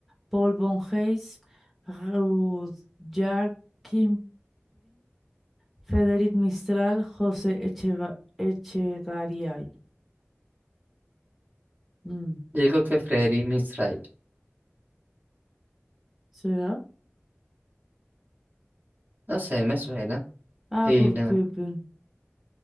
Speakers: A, in the centre; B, on the right.
A: Paul von Hayes, Rudyard Kipling, Frederic Mistral, José Echeva- Echegaray. Mm,
B: Yo digo que Freddy Mistral.
A: ¿Será?
B: No sé, me suena.
A: Ah,
B: Y
A: Rudyard
B: nada.
A: Kipling.